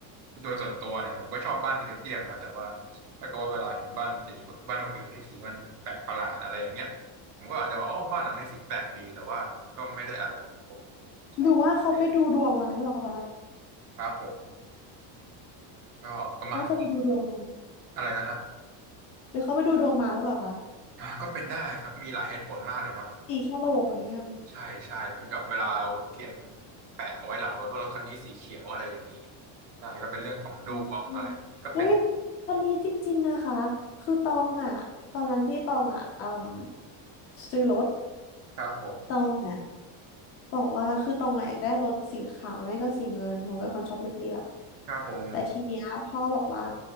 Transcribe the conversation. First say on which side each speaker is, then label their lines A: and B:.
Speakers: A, on the right; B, on the left.
A: โดยส่วนตัวเนี่ยผมก็ชอบบ้านสีเรียบๆนะแต่ว่าถ้าเกิดว่าเวลาเห็นบ้านสีบ้านคนอื่นที่สีมันแปลกประหลาดอะไรอย่างเงี้ยผมก็อาจจะบอกอ๋อบ้านหลังนี้สีแปลกดีแต่ว่าก็ไม่ได้อะไรครับผมใช่เอง
B: หรือว่าเขาไปดูดวงมาหรือเปล่าคะ
A: ครับผม ก็ประมาณน้
B: น่าจะไปดูดวงมา
A: อะไรนะฮะ
B: หรือเขาไปดูดวงมาหรือเปล่าคะ
A: อ่าก็เป็นได้ครับมีหลายเหตุผลมากเลยเนาะ
B: สีฉลกอย่างเงี้ย
A: ใช่ใช่เหมือนกับเวลาเราเขียนแปะเอาไว้หลังรถว่ารถคันนี้สีเขียวอะไรอย่างนี้ใช่ก็เป็นเรื่องของดวงอะไรอย่างนี้ก็เป็น
B: อืมอุ้ยวันนี้จริงๆนะคะ
A: ครับ
B: คือตองอ่ะตอนนั้นที่ตองอ่ะอืมซื้อรถ
A: ครับผม
B: ตองอ่ะบอกว่าคือตองอ่ะอยากได้รถสีขาวไม่ก็สีเงินเพราะเป็นคนชอบเรียบ
A: ครับผม
B: ๆ แต่ทีเนี้ยพ่อบอกว่า